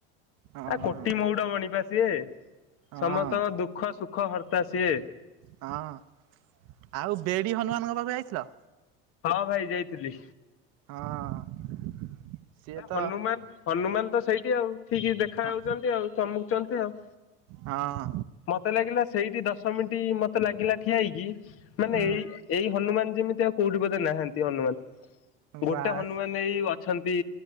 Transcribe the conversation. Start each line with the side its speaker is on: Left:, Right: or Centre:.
Right: ହଁ।
Left: ଆ କୋଟି ମଉଡମଣି ବା ସିଏ।
Right: ହଁ
Left: ସମସ୍ତଙ୍କ ଦୁଃ ଖ ସୁଖ ହର୍ତା ସିଏ।
Right: ହଁ। ଆଉ ବେଡି ହନୁମାନଙ୍କ ପାଖକୁ ଯାଇଥିଲ?
Left: ହଁ ଭାଇ ଯାଇଥିଲି।
Right: ହଁ। ସିଏ
Left: ନା
Right: ତ
Left: ହନୁମାନ ହନୁମାନ ତ ସେଇଠି ଆଉ ଠିକ୍ ଦେଖାଯାଉଛନ୍ତି
Right: ହଁ
Left: ଆଉ ଚମକୁଛନ୍ତି ଆଉ।
Right: ହଁ।
Left: ମତେ ଲାଗିଲା ସେଇଠି ଦଶ ମିନିଟ୍ ମତେ ଲାଗିଲା ଠିଆ ହେଇକି ମାନେ
Right: ହୁଁ
Left: ଏଇ ଏଇ ହନୁମାନ ଯେମିତି ଆଉ କୋଉଠି ବୋଧେ ନାହାନ୍ତି ହନୁମାନ। ଗୋଟେ
Right: ବାସ୍
Left: ହନୁମାନ ଏଇ ଅଛନ୍ତି